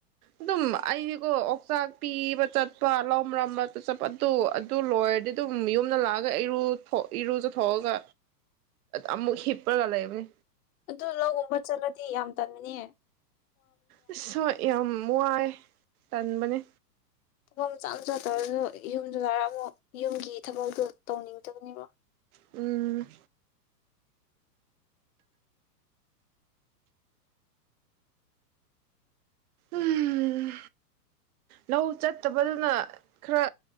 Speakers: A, on the right; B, on the left.
A: ꯑꯗꯨꯝ ꯑꯩꯗꯤꯀꯣ ꯑꯣꯛꯆꯥꯛ ꯄꯤꯕ ꯆꯠꯄ ꯂꯧꯃꯔꯝꯕ ꯆꯠꯄ ꯑꯗꯨ ꯑꯗꯨ ꯂꯣꯏꯔꯗꯤ ꯌꯨꯝ ꯌꯨꯃꯗꯥ ꯂꯀꯥꯒꯥ ꯑꯦꯔꯨ ꯑꯦꯔꯨꯖꯥꯊꯣꯀꯒꯥ ꯑꯃꯨꯛ ꯍꯤꯞꯄꯥꯒꯥ ꯂꯦꯏꯕꯅꯦ꯫
B: ꯑꯗꯨ ꯂꯥꯑꯣ ꯒꯨꯝꯕꯥ ꯆꯇꯂꯒꯥ ꯗꯤ ꯌꯥꯝ ꯇꯥꯅꯕꯅꯦ꯫
A: ꯑꯦꯁ꯭ꯍ ꯍꯣꯏ ꯌꯥꯝ꯫ ꯋꯥꯏ ꯇꯥꯅꯕꯅꯦ꯫
B: ꯊꯕꯐꯝ ꯃꯆꯥ ꯃꯆꯥ ꯇꯧꯔꯁꯨ ꯌꯨꯝꯗꯨꯗꯔ ꯑꯃꯨꯛ ꯌꯨꯝꯒꯤ ꯊꯕꯛꯇꯣ ꯇꯧꯅꯤꯡꯗꯕꯅꯦꯕ
A: ꯎꯝ ꯎꯝ ꯂꯥꯑꯣ ꯆꯇꯕꯥ ꯗꯨꯟꯅꯥ ꯈ꯭ꯔꯥ